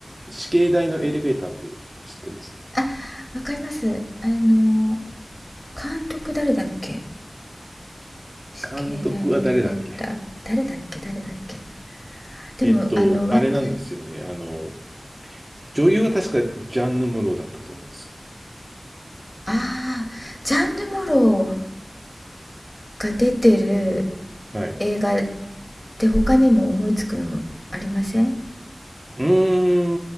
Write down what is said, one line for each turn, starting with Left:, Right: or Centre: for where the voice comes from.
Right: 死刑台のエレベーターって知ってます
Left: あ、わかります。あの、監督誰だっけ死刑台のエレベーター誰だっけ誰だっけ
Right: 監督は誰だっけ
Left: でもあの若い
Right: えっと、あれなんですよね。あの、女優は確かジャンヌ・ムロだったと思うんですけど。
Left: ああジャンヌ・モローが出てる
Right: はい。う
Left: 映画で他にも思いつくのありません
Right: ー